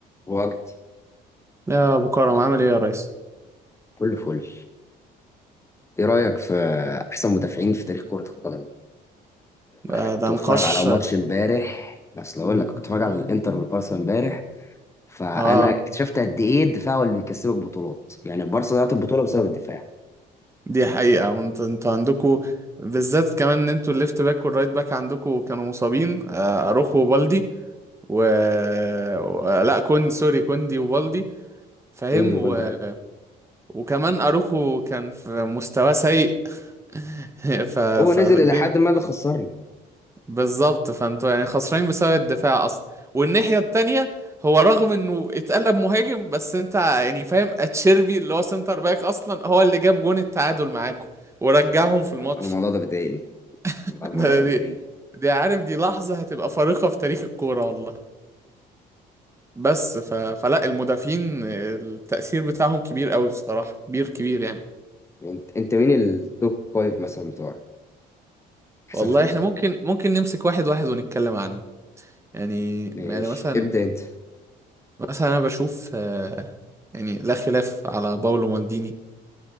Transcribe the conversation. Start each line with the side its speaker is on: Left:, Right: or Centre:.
Left: وجدي
Right: يا ابو كرم عامل ايه يا ريس
Left: كله فل ايه رأيك في احسن مدافعين في تاريخ كرة القدم
Right: ده,
Left: انا كنت
Right: ده
Left: بتفرج
Right: نقاش
Left: على ماتش امبارح بس لو اقول لك كنت بتفرج على الانتر والبارسا امبارح فانا
Right: اه
Left: اكتشفت قد ايه الدفاع هو اللي بيكسبك بطولات يعني البارسا ضيعت البطولة بسبب الدفاع
Right: دي حقيقة وانت انتوا عندكوا بالذات كمان ان انتوا الليفت باك والرايت باك عندكوا كانوا مصابين آه اروخو وبالدي و... و... لا كوندي سوري كوندي وبالدي فاهم
Left: كوندي وجلدي
Right: و...
Left: اه
Right: وكمان اروخو كان في مستوى سيء <laughs> ف...
Left: هو نزل
Right: فالدنيا
Left: الى حد ما اللي خسرنا
Right: بالظبط فانتوا يعني خسرانين بسبب الدفاع اصلا والناحية التانية هو رغم انه اتقلب مهاجم بس انت يعني فاهم اتشيربي اللي هو سنتر باك اصلا هو اللي جاب جون التعادل معاكم ورجعهم
Left: يعني
Right: في
Left: انا
Right: الماتش
Left: أنا الموضوع ده بيضايقني
Right: <laughs>
Left: والله الموضوع
Right: ده-
Left: ده
Right: دي
Left: بيضايقني
Right: دي عارف دي لحظة هتبقى فارقة في تاريخ الكورة والله بس ف... فلا
Left: والله.
Right: المدافعين التأثير بتاعهم كبير قوي بصراحة كبير كبير يعني
Left: انت انت مين التوب فايف مثلا بتوعك احسن
Right: والله
Left: خمسة
Right: احنا ممكن ممكن نمسك واحد واحد ونتكلم عنه يعني يعني
Left: ماشي
Right: مثلا
Left: ابدأ انت
Right: مثلا انا بشوف آه، يعني لا خلاف على باولو مالديني